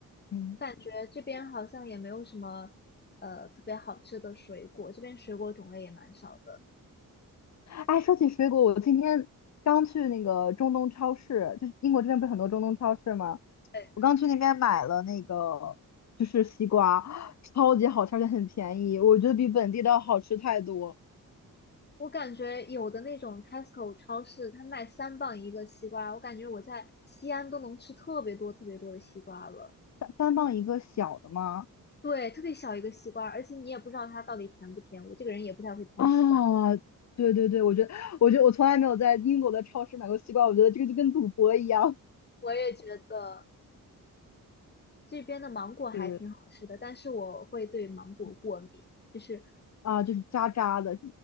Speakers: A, on the left; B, on the left.
A: 嗯。
B: 我感觉这边好像也没有什么呃特别好吃的水果，这边水果种类也蛮少的。
A: 哎，说起水果，我今天刚去那个中东超市，就是英国这边不是很多中东超市吗？
B: 对，
A: 我刚去那边买了那个就是西瓜，超级好吃，而且很便宜，我觉得比本地的要好吃太多，
B: 我感觉有的那种 Tesco 超市，它卖三磅一个西瓜，我感觉我在西安都能吃特别多特别多的西瓜了。
A: 三三磅一个小的吗？
B: 对，特别小一个西瓜，而且你也不知道它到底甜不甜。我这个人也不太会挑西瓜，
A: 啊，对对对，我觉得，我觉得我从来没有在英国的超市买过西瓜，我觉得这个就跟赌博一样，
B: 我也觉得这边的芒果还挺好吃的，
A: 是
B: 但是我会对芒果过敏，
A: 嗯，
B: 就是
A: 啊，就是渣渣的，